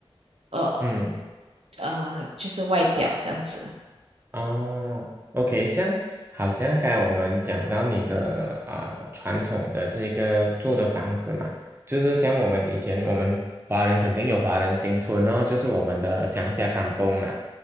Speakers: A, on the right; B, on the right.
A: 呃
B: 嗯。
A: 呃，就是外表这样子。
B: 哦，OK，像好像刚才我们讲到你的啊、传统的这个住的房子嘛，就是像我们以前我们华人肯定有华人新村哦，就是我们的乡下甘崩嘛，